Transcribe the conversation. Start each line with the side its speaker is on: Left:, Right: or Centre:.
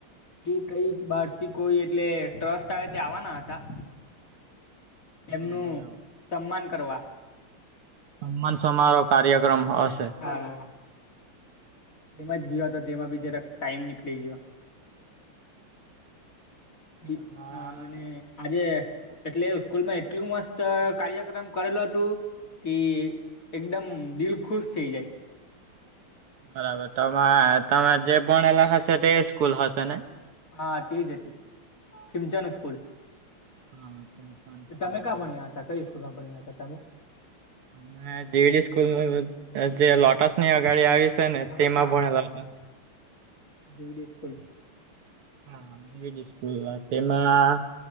Left: એ કઈ બારસી કોઈ એટલે ટ્રસ્ટ આવે ત આવવાના હતા. એમનું
Right: હા બરાબર.
Left: સન્માન કરવા
Right: સન્માન સમારોહ કાર્યક્રમ હશે
Left: હા એમાં જ ગયો તો તેમાં બી જરાક ટાઈમ નીકળી ગયો હ
Right: તમારા આમ
Left: અને આજે એટલે સ્કૂલમાં એટલું મસ્ત કાર્યક્રમ કરેલો હતુ. કે એકદમ દિલ ખુશ થઇ જાય.
Right: બરાબર તમારે તમે જે ભણેલા હશે તે સ્કૂલ હશે ને
Left: હા તેજ હતી ખિમચ નું સ્કૂલ.
Right: હા સંસ સ્કૂલ
Left: તમે ક્યાં
Right: બ
Left: ભણ્યા હતા કઈ તમે
Right: અમે દીડી સ્કૂલ જે લોટસ ની અગાડી આવી છે ને
Left: હા
Right: તેમાં
Left: હા.
Right: ભણેલા હતા.
Left: જીવીડી સ્કૂલ.
Right: હાજ સ્કૂલ વાત તેમાં